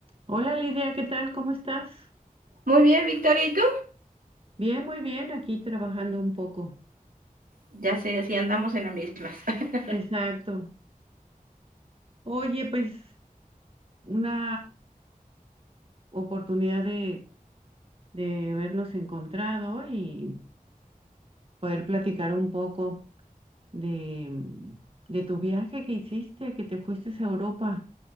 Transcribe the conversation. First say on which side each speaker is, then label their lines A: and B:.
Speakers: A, on the right; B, on the right.
A: Hola Lidia, ¿qué tal? ¿Cómo estás?
B: Muy bien, Victoria, ¿y tú?
A: Bien, muy bien, aquí trabajando un poco.
B: Ya sé, sí andamos en las mismas. <laughs>
A: Exacto. Oye, pues una oportunidad de, de vernos encontrado y poder platicar un poco de, mm, de tu viaje que hiciste, que te fuiste a Europa.